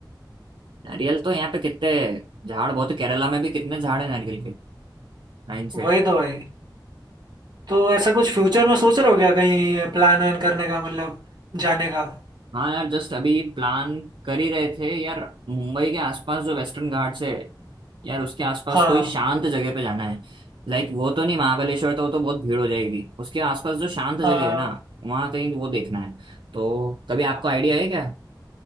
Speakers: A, on the right; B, on the right.
A: नारियल तो यहाँ पे कितने झाड़ बहुत है। केरला में भी कितने झाड़ है नारियल के नाइन से
B: वही तो भाई तो ऐसा कुछ फ्यूचर में सोच रहे हो क्या कहीं प्लान वैन करने का मतलब जाने का
A: हाँ यार जस्ट अभी प्लान कर ही रहे थे यार मुंबई के आसपास जो वेस्टर्न घाट से यार उसके आसपास
B: हाँ
A: कोई शांत जगह पे जाना है लाइक वो तो नहीं महाबलेश्वर तो वो तो बहुत भीड़ हो जाएगी उसके आसपास जो शांत जगह
B: हाँ
A: है ना वहाँ कहीं वो देखना है तो कभी आपको आइडिया है क्या